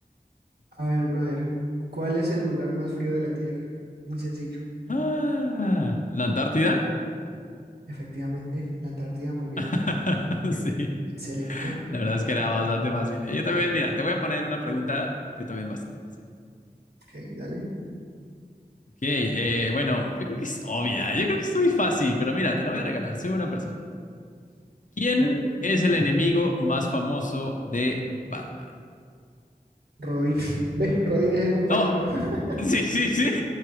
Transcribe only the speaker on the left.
Ah, ¿La Antártida?
<laughs>
Sí.
La verdad es que era bastante fácil. ¿eh? Yo también,
mira, te voy a poner una pregunta, yo también bastante fácil.
Ok, eh, bueno, yo creo que es obvia, yo creo que es muy fácil, pero mira, te lo voy a regalar, soy una persona. ¿Quién
es el enemigo más famoso de Batman?
No,
sí, sí, sí,